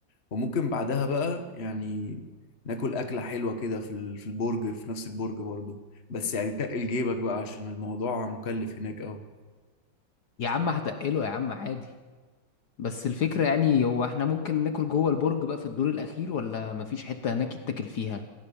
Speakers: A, on the left; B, on the left.
A: وممكن بعدها بقى يعني ناكل أكلة حلوة كده في ال- في البرج في نفس البرج برضو بس يعني تقل جيبك بقى عشان الموضوع مكلف هناك أوي
B: يا عم هتقله يا عم عادي بس الفكرة يعني هو احنا ممكن ناكل جوه البرج بقى في الدور الاخير ولا مفيش حتة هناك يتاكل فيها